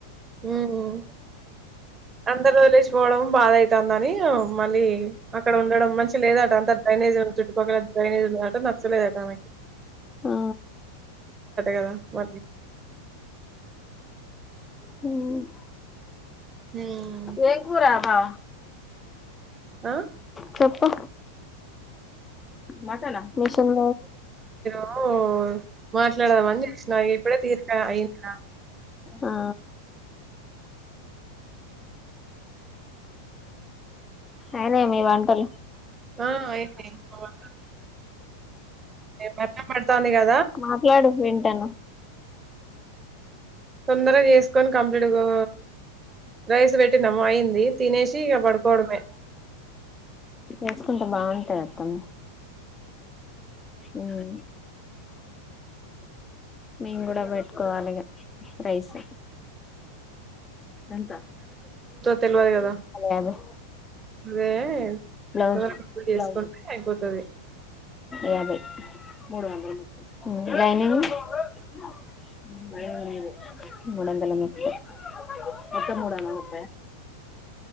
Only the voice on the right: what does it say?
ఉమ్ అందరు వదిలేసిపోవడం బాధ అయితందని మళ్ళీ అక్కడ ఉండడం మంచి లేదట అంత డ్రైనేజ్ చుట్టుపక్కల డ్రైనేజ్ ట నచ్చలేదేటా ఆమెకి
కదా మళ్ళీ
ఉం
ఆ
ఉం మాట్లాడదాం అని చెసిన ఇప్పుడే తీర్క అయింద
ఆ అయినయీ మా వంటలు వర్షం పడ్తాంది గా
తొందరగా చేసుకొని కంప్లీట్ గో రైస్ పెట్టినాము అయింది తినేసి ఇగ పడుకోవడమే
తెలువదు గదా
అదే
తొందరగా కంప్లీట్
చేసుకుంటే అయిపోతుది